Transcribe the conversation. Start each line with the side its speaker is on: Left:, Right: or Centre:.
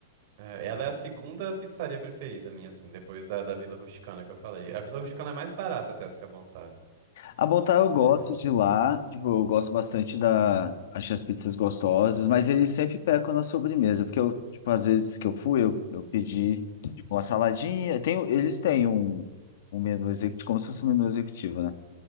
Right: É, Ela é a segunda pizzaria preferida minha, assim, depois da, da Vila Rusticana que eu falei. A Vila Rusticana é mais barata até do que a Bontá.
Left: A Boltar eu gosto
Right: É.
Left: de lá, tipo, eu gosto bastante da... Achei as pizzas gostosas, mas eles sempre pecam na sobremesa, porque eu, tipo, às vezes que eu fui, eu, eu pedi, tipo, uma saladinha, tem, eles têm um, um menu executivo, como se fosse um menu executivo, né?